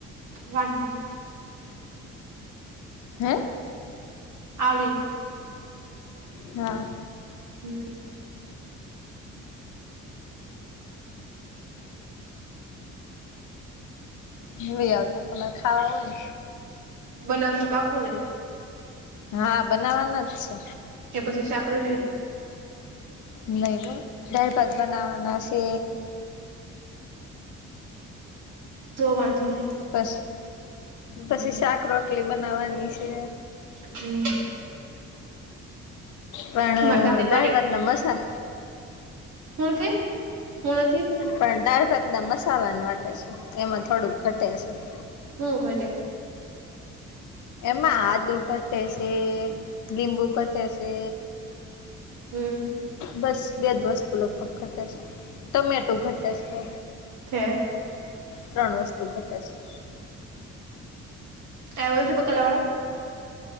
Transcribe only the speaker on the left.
હે?
હા
જોય આવજો તમારે ખાવા હોયન તો.
હા બનાવાના જ છે.
નય હો. દાળભાત બનાવાના સે
પસ પછી શાક રોટલી બનાવાની સે.
પણ
દાળ ભાતનો મસા
પણ દાળભાતના મસાલાને વાટે છે, એમાં થોડુંક ઘટે છે.
એમાં આદુ ઘટે સે, લીંબુ ઘટે સે
બસ. બે જ વસ્તુ લગભગ ઘટે છે. ટમેટું ઘટતા છે.
ત્રણ વસ્તુ ઘટે છે.